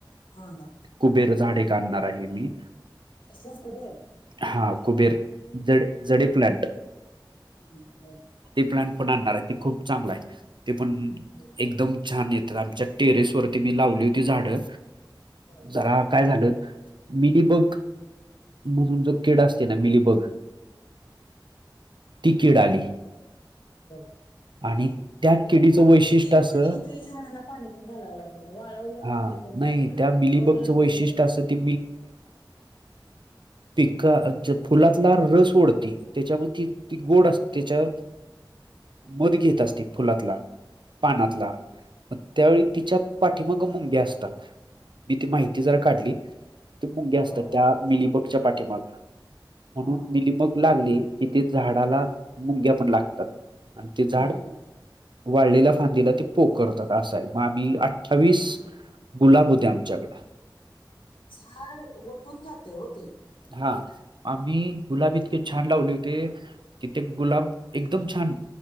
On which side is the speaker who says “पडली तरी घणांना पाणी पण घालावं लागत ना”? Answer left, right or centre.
Left